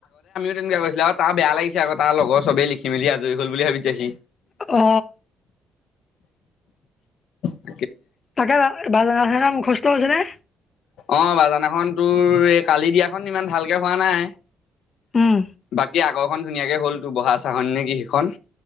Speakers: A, on the left; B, on the left.
A: দিন বেয়া হৈছিলে আও। তা বেয়া লাগিছে আক', তা লগৰ চবেই লিখি-মেলি আজৰি হ'ল বুলিহে ভাৱিছে সি।
B: অ
A: <unintelligible>
B: তাকে বা <unintelligible> সেইখন মুখষ্ট হৈছে নে?
A: অঁ, বাজানাখন তোৰ, এ কালি দিয়াখন ইমান ভালকে হোৱা নাই।
B: উম
A: বাকি আগৰখন ধুনীয়াকে হ'ল, তোৰ বহা চাহনী নে কি সিখন?